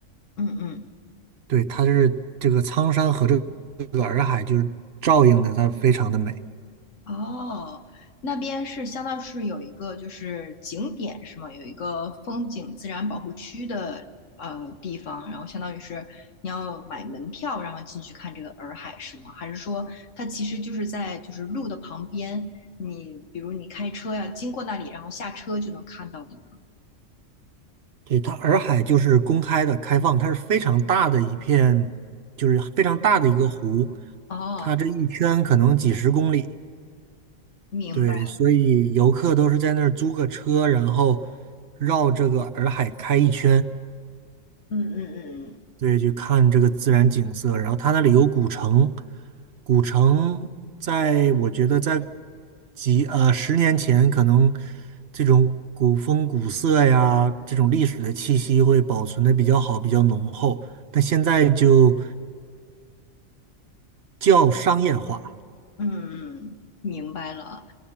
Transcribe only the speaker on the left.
嗯嗯，
哦，那边是相当是有一个就是景点是吗？有一个风景自然保护区的呃地方，然后相当于是你要买门票，然后进去看这个洱海是吗？还是说它其实就是在就是路的旁边，你比如你开车呀经过那里，然后下车就能看到的呢？
哦，
明白，
嗯嗯嗯嗯
嗯，嗯明白了。